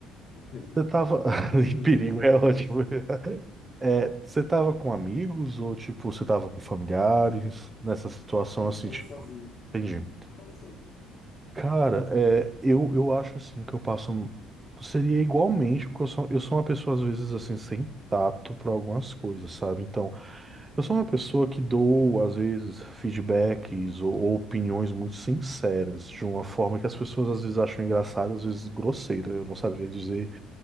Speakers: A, on the left (about 35°); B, on the right (about 15°).
A: <laughs> Mas
B: Você tava, <laughs>
A: coisas
B: em
A: assim
B: perigo,
A: às vezes
B: é
A: acontecem
B: ótimo.
A: comigo.
B: É,
A: né?
B: você tava com amigos ou, tipo, você tava com familiares nessa situação,
A: Não,
B: assim,
A: tava
B: tipo,
A: sozinho,
B: entendi.
A: tava sozinho.
B: Cara, é, eu, eu acho assim que eu passo. Seria igualmente, porque eu sou, eu sou uma pessoa, às vezes, assim, sem tato para algumas coisas, sabe? Então, eu sou uma pessoa que dou, às vezes, feedbacks ou, ou opiniões muito sinceras, de uma forma que as pessoas às vezes acham engraçada, às vezes grosseira. Eu não sabia dizer